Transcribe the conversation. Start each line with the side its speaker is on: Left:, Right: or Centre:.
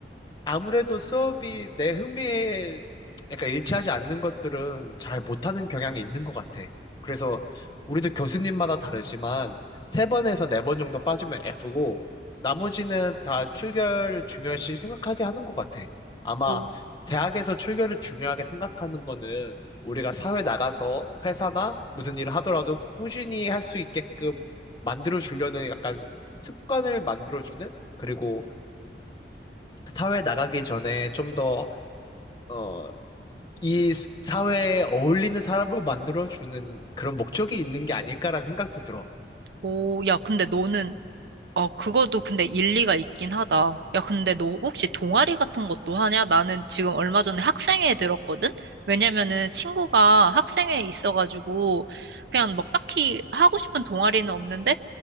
Left: 아무래도 수업이 내 흥미에 약간 일치하지 않는 것들은 잘 못하는 경향이 있는 것 같아. 그래서 우리도 교수님마다 다르지만 세 번에서 네 번 정도 빠지면 F고 나머지는 다 출결을 중요시 생각하게 하는 것 같아. 아마
Right: 오,
Left: 대학에서 출결을 중요하게 생각하는 거는 우리가 사회 나가서 회사나 무슨 일을 하더라도 꾸준히 할 수 있게끔 만들어 주려는 약간 습관을 만들어 주는 그리고 사회 나가기 전에 좀 더, 어, 이 스- 사회에 어울리는 사람으로 만들어주는 그런 목적이 있는 게 아닐까라는 생각도 들어.
Right: 오, 야, 근데 너는 어, 그것도 근데 일리가 있긴 하다. 야, 근데 너 혹시 동아리 같은 것도 하냐? 나는 지금 얼마 전에 학생회에 들었거든? 왜냐면은 친구가 학생회에 있어가지고 그냥 막 딱히 하고 싶은 동아리는 없는데